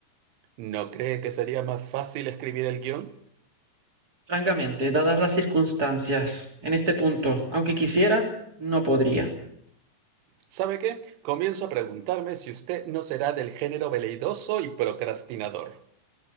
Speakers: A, on the right; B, on the right.
A: ¿No cree que sería más fácil escribir el guión?
B: Francamente, dadas las circunstancias, en este punto, aunque quisiera, no podría.
A: ¿Sabe qué? Comienzo a preguntarme si usted no será del género veleidoso y procrastinador.